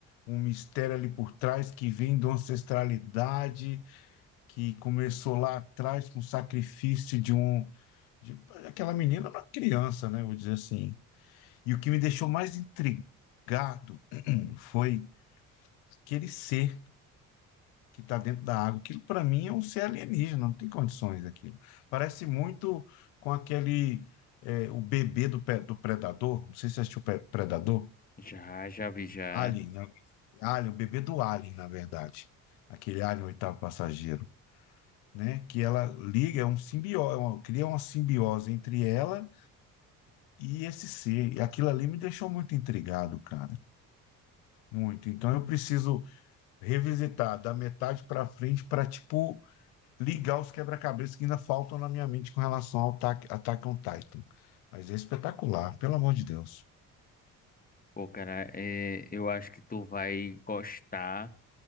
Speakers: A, on the left; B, on the left.
A: um mistério ali por trás que vem de uma ancestralidade que começou lá atrás com o sacrifício de um de, aquela menina era uma criança, né? Vou dizer assim. E o que me deixou mais intrigado foi aquele ser que está dentro da água. Aquilo para mim é um ser alienígena, não tem condições aquilo. Parece muito com aquele é, o bebê do, pe- do Predador. Não sei se você assistiu o Pe- Predador.
B: Já, já vi já.
A: Alien, né? Alien, o bebê do Alien, na verdade. Aquele Alien, o oitavo passageiro, né? Que ela liga, é um simbiose, cria uma simbiose entre ela e esse ser. E aquilo ali me deixou muito intrigado, cara. Muito. Então eu preciso revisitar da metade para frente para tipo, ligar os quebra-cabeças que ainda faltam na minha mente com relação ao Attack Attack on Titan. Mas é espetacular, pelo amor de Deus.
B: Pô, cara, é, eu acho que tu vai gostar,